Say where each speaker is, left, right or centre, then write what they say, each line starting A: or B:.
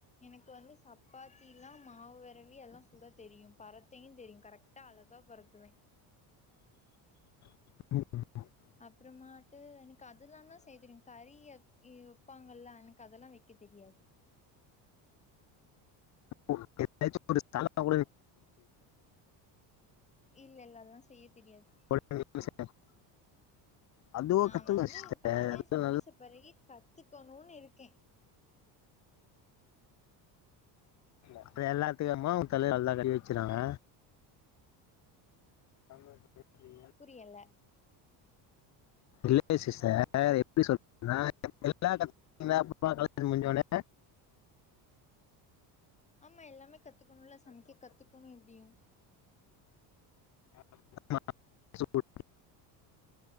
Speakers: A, on the left; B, on the left.
A: எனக்கு வந்து சப்பாத்தில்லா மாவு வெரவி எல்லா சுட தெரியு பறத்தையு தெரியு கரெக்டாக அழகா பறத்துவே
B: <inaudible>
A: அப்றமா டு எனக்கு அதல்லாந் தா செய்த தெரியு கறி இ வைப்பாங்கல்ல எனக்கு அதல்லா வைக்க தெரியாது
B: ஒனக்கு எதாச்சு புடுஸ் தல <inaudible>
A: இல்லல்ல அதல்லா செய்ய தெரியாது
B: <inaudible> அதுவும்
A: நா
B: கத்துக்கணும்
A: வந்து
B: சிஸ்டர்
A: காலேஜ் முடுச்ச
B: நல்லது
A: பிறகே கத்துக்கணுனு இருக்கே
B: அப்ப எல்லாத்துக்கு அம்மா ஒ தலய எல்லா கழுவி வச்சுருவாங்க <unintelligible>
A: புரியல
B: இல்லங்க சிஸ்டர் எப்டி சொல்றதுனா எல்லா <inaudible> முடுஞ்சோனே
A: ஆமா எல்லாமே கத்துக்கணும்ல சமைக்க கத்துக்கணு எப்டியு
B: ஆமா <inaudible>